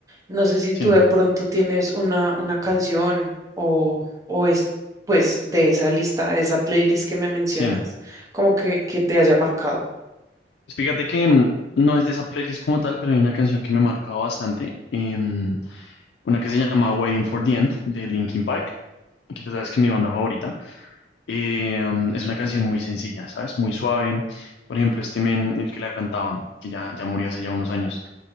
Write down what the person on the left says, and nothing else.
sí,
sí.
Pues fíjate que mm, no es de esa playlist como tal, pero hay una canción que me ha marcado bastante, em, una que se llama Waiting for the End de Linkin Park, que tú sabes que es mi banda favorita. Eh, um, es una canción muy sencilla, ¿sabes? Muy suave. Por ejemplo, este men, el que la cantaba, que ya, ya murió hace ya unos años,